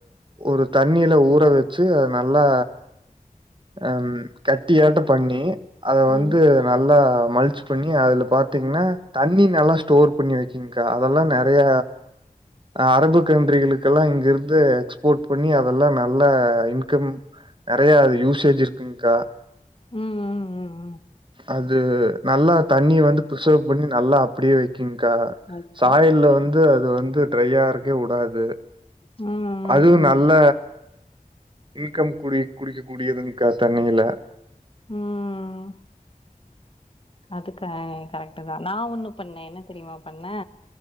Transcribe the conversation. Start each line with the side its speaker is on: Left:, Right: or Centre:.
Right: ஒரு தண்ணியில ஊற வச்சு அது நல்லா ஆ கட்டியாட்டம்பண்ணி அத
Left: ம், ம்,
Right: வந்து நல்லா மலிச்சு பண்ணி அதுல பாத்தீங்கன்னா தண்ணி நல்லா ஸ்டோர் பண்ணி வைக்கீங்கா அதெல்லா நெறைய அரபு கண்ட்ரிகளுக்கெல்லா இங்கிருந்து எக்ஸ்போர்ட் பண்ணி அதெல்லா நல்லா இன்கம் நெறைய அது யூசேஜ் இருக்குங்க்கா
Left: ம் ம் ம் ம்
Right: அது நல்லா தண்ணிய வந்து பிரிசர்வ் பண்ணி நல்லா அப்டியே வக்கிங்க்கா
Left: வைக்கோம்.
Right: சாயல்ல வந்து அது வந்து ட்ரையா இருக்கவே வுடாது
Left: ம்
Right: அதுவு
Left: ம்,
Right: நல்ல இன்கம் குடி குடிக்க கூடியதுங்க்கா தென்னையில
Left: ம் ம் அது க கரெக்ட்டு தா நா ஒண்ணு பண்ணே என்ன தெரியுமா பண்ணே